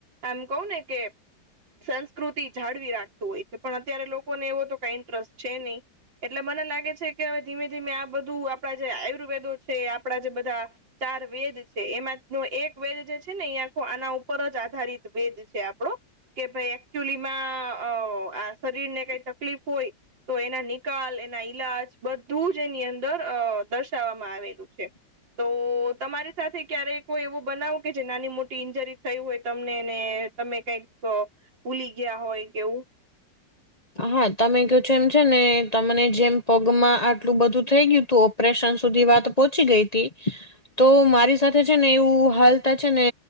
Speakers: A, on the right (about 85°); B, on the left (about 25°).
A: આમ કઉને કે સંસ્કૃતિ જાળવી રાખતું હોય છે પણ અત્યારે લોકોને એવો તો કઈ ઇન્ટરેસ્ટ છે નહીં એટલે મને લાગે છે કે હવે ધીમે ધીમે આ બધું આપડા જે આયુર્વેદો છે આપડા જે બધા ચાર વેદ છે એમાં ન એક વેદ જે છે ને એ આખો આના ઉપર જ આધારિત વેદ છે આપડો કે ભાઈ એકચુલી માં અ આ શરીર ને કઈ તકલીફ હોય તો એના નિકાલ એના ઈલાજ બધું જ એની અંદર અ દર્શાવવામાં આવેલું છે
B: <inaudible>
A: તો તમારી સાથે ક્યારેક એવું બનાવો કે જે નાની મોટી ઇન્જરી થય હોય તમને એને તમે કઈક ભૂલી ગયા હોય કેવું
B: હા તમે કહો છો એમ છે ને તમને જેમ પગમાં આટલું બધું થઈ ગયું તો પ્રેશન સુધી વાત પોહોંચી ગઈ હતી તો મારી સાથે છે ને એવું હાલ તા છે ને